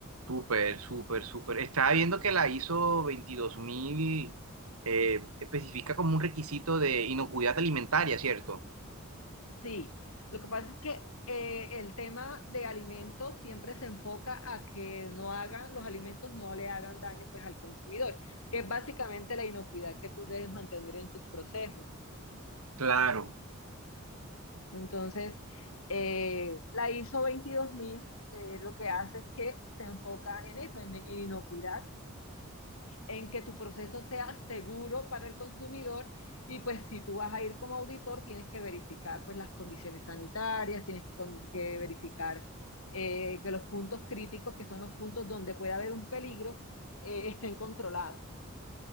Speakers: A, on the right (about 85°); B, on the left (about 75°).
A: Súper, súper, súper. Estaba viendo que la ISO 22000 eh, especifica como un requisito de inocuidad alimentaria, ¿cierto?
B: Sí, lo que pasa es que eh, el tema de alimentos siempre se enfoca a que no hagan, los alimentos no le hagan daño pues al consumidor, que es básicamente la inocuidad que tú debes mantener en tus procesos.
A: Claro,
B: Entonces, eh, la ISO 22000 eh, lo que hace es que se enfoca en eso, en, en inocuidad en que tu proceso sea seguro para el consumidor y pues si tú vas a ir como auditor tienes que verificar pues las condiciones sanitarias, tienes con- que verificar eh, que los puntos críticos, que son los puntos donde puede haber un peligro, eh, estén controlados.